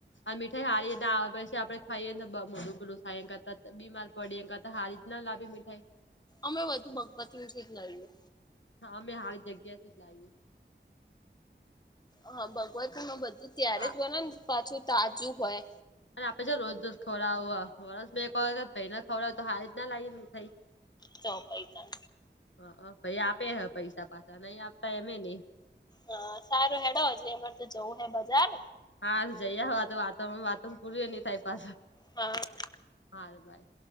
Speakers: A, on the left; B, on the left.
A: આ મીઠાઈ હારી એને આવે, પછી આપડે ખાઈએ ને મોઢુ પેલું થાય, એ કરતા બીમાર પડી કા તો? હા રી જ ન લાગે મીઠાઈ
B: અમે વધુ ભગવતીંશ જ લઈએ
A: હા અમે હારી જગ્યા થી લાવી
B: હા ભગવત માં બધું ત્યારે
A: આ
B: જ બને ને પાછું તાજું હોય
A: અને આપડ જો રોજ રોજ ખવડાવ વર મેં એક વખત ભાઈ ના ખવડાવ તો હારી રીત ના લી મ થાઈ
B: ચો પૈ ત <unintelligible>
A: હ ભાઈ આપે હ પૈસા પાછા નહી આપતા એમે નહ
B: હા સારું હેડો હજી અમાર તો જવું હે બજાર
A: હા જઈયા હો આ તો વાતાવરણ વાતવણ પૂરું ન થાય પાછ
B: હા
A: હા ભાઈ